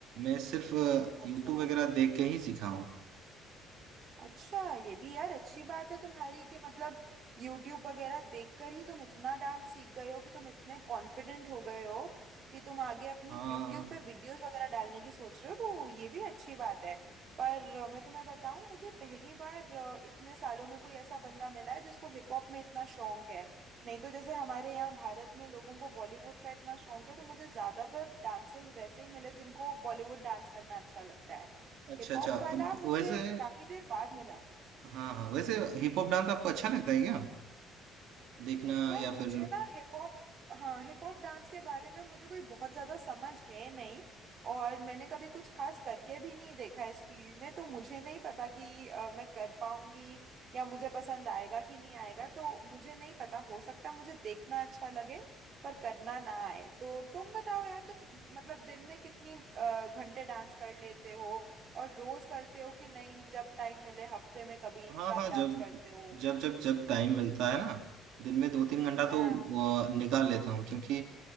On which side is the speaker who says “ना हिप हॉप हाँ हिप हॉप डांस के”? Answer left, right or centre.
Right